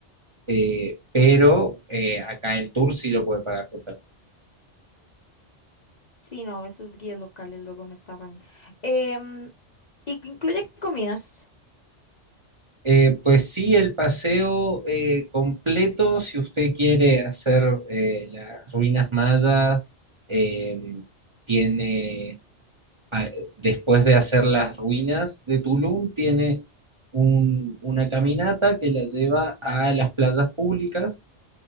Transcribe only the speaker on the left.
Sí, no, esos guías locales luego me estaban. Em, ¿y incluye comidas?